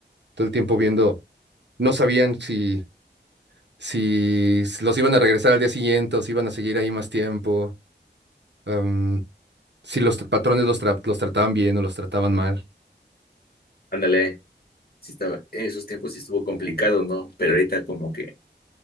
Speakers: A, on the right; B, on the left.
A: todo el tiempo viendo, no sabían si, si s- los iban a regresar al día siguiente o si iban a seguir ahí más tiempo, am, si los tr- patrones los, tra- los trataban bien o los trataban mal.
B: Ándale, sí estaba, en esos tiempos sí estuvo complicado, ¿no? Pero ahorita como que